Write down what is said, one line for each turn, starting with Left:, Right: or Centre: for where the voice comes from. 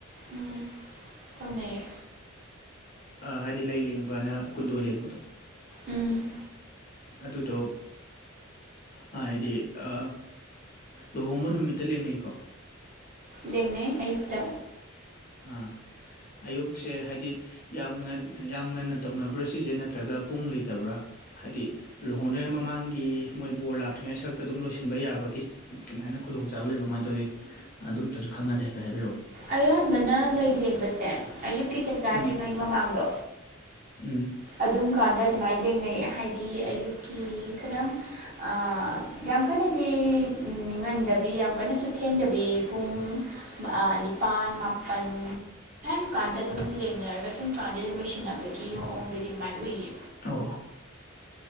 Right: ꯎꯝ ꯇꯧꯅꯩꯌꯦ꯫
Left: ꯑ ꯍꯥꯏꯗꯤ ꯂꯩ ꯂꯦꯡꯕꯅ ꯀꯨꯟꯗꯣ ꯂꯦꯡꯕꯗꯣ꯫
Right: ꯎꯝ꯫
Left: ꯑꯗꯨꯗꯣ꯫ ꯍꯥꯏꯗꯤ ꯑ ꯂꯨꯍꯣꯡꯕ ꯅꯨꯃꯤꯠꯇ ꯂꯦꯡꯅꯩꯀꯣ꯫
Right: ꯂꯩꯡꯅꯩ ꯑꯌꯨꯛꯇ꯫
Left: ꯑ ꯑꯌꯨꯛꯁꯦ ꯍꯥꯏꯗꯤ ꯌꯥꯝ ꯉꯟ ꯌꯥꯝ ꯉꯟꯅ ꯇꯧꯅꯕ꯭ꯔꯥ ꯁꯤꯁꯦ ꯅꯠꯇ꯭ꯔꯒ ꯄꯨꯡ ꯂꯩꯇꯕ꯭ꯔꯥ ꯍꯥꯏꯗꯤ ꯂꯨꯍꯣꯡꯗ꯭ꯔꯤꯉꯩ ꯃꯃꯥꯡꯒꯤ ꯃꯣꯏ ꯕꯣꯔ ꯂꯥꯛꯇ꯭ꯔꯤꯉꯩ ꯁꯔꯛꯇ ꯑꯗꯨꯝ ꯂꯣꯏꯁꯤꯟꯕ ꯌꯥꯕꯒꯤ <unintelligible> ꯍꯥꯏꯅ ꯈꯨꯗꯣꯡꯆꯥꯕ ꯂꯩꯕ꯭ꯔꯥ ꯀꯃꯥꯏꯅ ꯇꯧꯋꯤ ꯑꯗꯨꯝꯇꯁꯨ ꯈꯪꯉꯗꯤ ꯍꯥꯏꯐꯦꯠ ꯍꯥꯏꯕꯤꯔꯛꯎꯅꯦ꯫
Right: ꯑꯌꯥꯝꯕꯅ ꯂꯩ ꯂꯦꯡꯕꯁꯦ ꯑꯌꯨꯛꯀꯤ ꯆꯥꯛꯆꯥꯗ꯭ꯔꯤꯉꯩ
Left: ꯎꯝ
Right: ꯃꯃꯥꯡꯗꯣ꯫
Left: ꯎꯝ꯫
Right: ꯑꯗꯨꯝ ꯀꯥꯟꯗ ꯑꯗꯨꯃꯥꯏꯅ ꯂꯦꯡꯅꯩꯌꯦ ꯍꯥꯏꯗꯤ ꯑꯌꯨꯛꯀꯤ ꯈꯔꯪ ꯑ ꯌꯥꯝ ꯀꯟꯅꯗꯤ ꯉꯟꯗꯕꯤ ꯌꯥꯝ ꯀꯟꯅꯁꯨ ꯊꯦꯡꯗꯕꯤ꯫ ꯄꯨꯡ ꯑ ꯅꯤꯄꯥꯟ ꯃꯥꯄꯟ꯫ <unintelligible> ꯀꯥꯟꯗ ꯑꯗꯨꯝ ꯂꯦꯡꯅꯔꯒ ꯁꯨꯝ ꯀꯥꯟꯗ ꯑꯗꯨꯝ ꯂꯣꯏꯁꯤꯟꯅꯕꯒꯤ ꯃꯑꯣꯡꯗꯗꯤ ꯑꯗꯨꯃꯥꯏ ꯎꯏꯌꯦ꯫
Left: ꯑꯣꯑꯣ꯫